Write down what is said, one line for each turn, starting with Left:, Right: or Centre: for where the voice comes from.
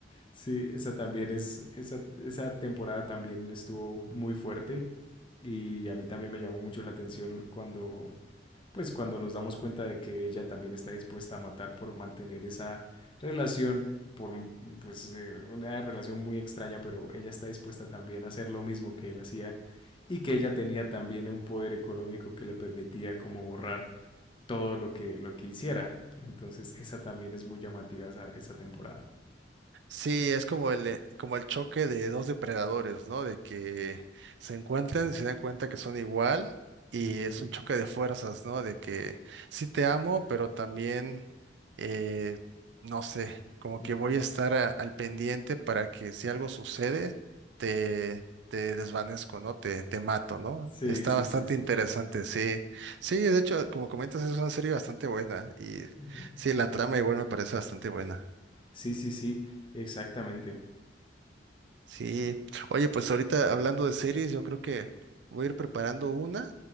Left: Sí, esa también es, esa, esa temporada también estuvo muy fuerte y a mí también me llamó mucho la atención cuando pues cuando nos damos cuenta de que ella también está dispuesta a matar por mantener esa relación, por mm, pues eh, una relación muy extraña, pero ella está dispuesta también a hacer lo mismo que él hacía y que ella tenía también un poder económico que le permitía como borrar todo lo que lo que hiciera. Entonces, esa también es muy llamativa esa, esa temporada.
Right: Sí, es como el, eh, como el choque de dos depredadores, ¿no? De que se encuentran y se dan cuenta que son igual y
Left: Ujú,
Right: es un choque de fuerzas, ¿no? De que sí te amo, pero también, eh, no sé, como
Left: ujú.
Right: que voy a estar a- al pendiente para que si algo sucede, te, te desvanezco, ¿no? Te, te mato, ¿no?
Left: Sí,
Right: Está
Left: sí,
Right: bastante
Left: sí, sí.
Right: interesante, sí. Sí, de hecho, como comentas, es una serie bastante buena y
Left: Ujú.
Right: sí, la trama igual me parece bastante buena.
Left: Sí, sí, sí, exactamente.
Right: Sí, oye, pues ahorita hablando de series, yo creo que voy a ir preparando una